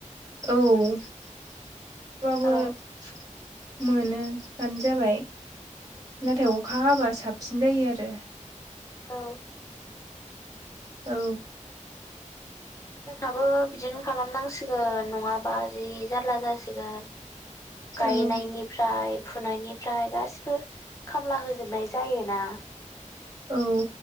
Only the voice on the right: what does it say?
औ थेवबाबो
मोनो <unintelligible> जाबाय नाथाय
अखा हाबा साब सिन जायो आरो
औ
औ
औ